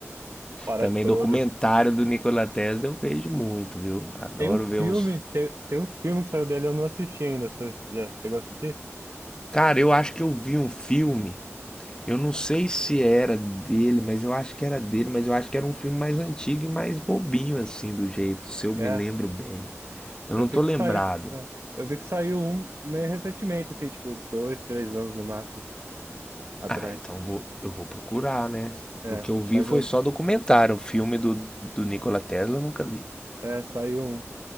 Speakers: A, on the right (about 60°); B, on the left (about 15°).
A: para
B: Também
A: todos.
B: documentário do Nikola Tesla eu vejo muito, viu? Adoro
A: Tem um
B: ver
A: filme,
B: uns.
A: tem, tem um filme que saiu dele, eu não assisti ainda, você já chegou a assistir?
B: Cara, eu acho que eu vi um filme. Eu não sei se era dele, mas eu acho que era dele, mas eu acho que era um filme mais antigo e mais bobinho assim do jeito, se eu me
A: É,
B: lembro bem. Eu
A: eu
B: não tô
A: vi
B: lembrado.
A: que saiu, é, eu vi que saiu um meio recentemente, assim, tipo, dois, três anos no máximo, atrás,
B: Ah, então vou, eu vou procurar, né?
A: é,
B: O que eu vi
A: mas
B: foi
A: eu,
B: só documentário, o filme do, do Nikola Tesla eu nunca vi.
A: é, saiu um.